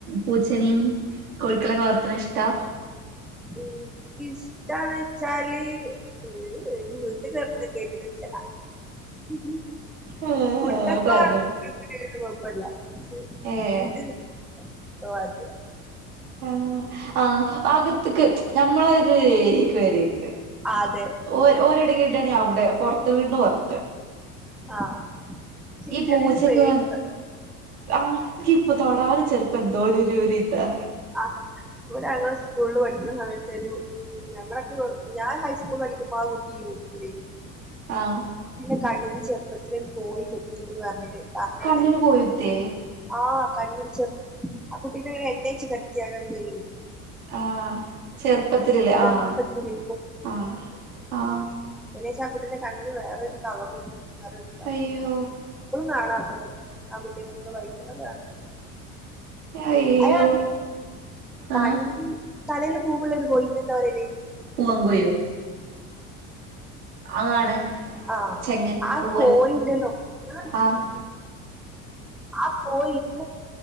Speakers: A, on the right; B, in the centre.
A: പൂച്ചനിയും കോഴിക്കളൊക്കെ വളർത്തണ ഇഷ്ടാ
B: എനിക്ക ഇഷ്ടണ വച്ചാല് ഏ എ വീട്ടിൽ കറ വീട്ടിൽ ഇഷ്ട്ടം അല്ല
A: ഏഹ്
B: പുട്ട് എത്ര
A: പറഞ്ഞു
B: <inaudible> കുഴപ്പില്ലെ
A: ഏഹ്
B: വീട്ടിൽ <inaudible> തവാതിേ
A: ആഹ ആഹ അകത്തക്ക് ഞമ്മളൊരു ഏക്ക് വരരുത്
B: ആഹാ അതെ
A: ഓ ഓരിടടെ വീടാണ് അവിടെ പുറത്ത് വീടിന്ന് പുറത്ത്
B: ആഹ് എനിക്ക്
A: ഈ പൂച്ചൊക്കെ
B: ചെറിയൊരു പേടിയുണ്ട്
A: വ ആഹ എനിക്ക് ഇപ്പൊ തൊടാനും ചെലപ്പോ എന്തോ ഒരു ഇതാ
B: ആഹ ഇവിടെ ഞങ്ങെ സ്കൂളിൽ പഠിക്കുന്ന സമയത് ഒരു ഞങ്ങളൊക്കെ ഞാൻ ഹൈസ്കൂൾ പഠിക്കുമ്പോ ആ കുട്ടി യു പി ൽ
A: ആഹ
B: പിന്നെ കണ്ണീല് ചെറുപ്പത്തി കോഴി കൊത്തിന്ന് പറഞ്ന് പറഞ്ഞ
A: കണ്ണിന്
B: കേട്ട
A: കൊഴുത്തേ
B: ആഹ് കണ്ണിൽ ആഹ കുട്ടീ നേര എണ്ണെച്ചു കത്തി അങ്ങങ്
A: ആഹ ചെറുപ്പത്തിലല്ലേ ആഹ
B: ചെറുപ്പത്തില്
A: ആഹ ആഹ
B: എനേശ ആ കുട്ടിന്റെ കണ്ണിന് വേറൊരു കളറും വേറരിതാകും
A: അയ്യോ
B: ഇപ്പോഴും കാണാം ആ കുട്ടെ നമ്മള് വായിക്കണ്ട
A: അയ്യോ
B: അയാ പഴ
A: ആഹ്
B: തലൽ പൂവുള്ള ഒരു കോഴിന്ന് എന്താ പറലല്ലേ
A: പോൂവാൻ കോഴിയോ അങ്ങാണ്
B: ആഹ്
A: ചെങ്ങൻ
B: ആ
A: പൂവൻ
B: കോഴിണ്ടല്ലോ ഞാൻ
A: ആഹ്
B: ആ കോഴി ഇന്ന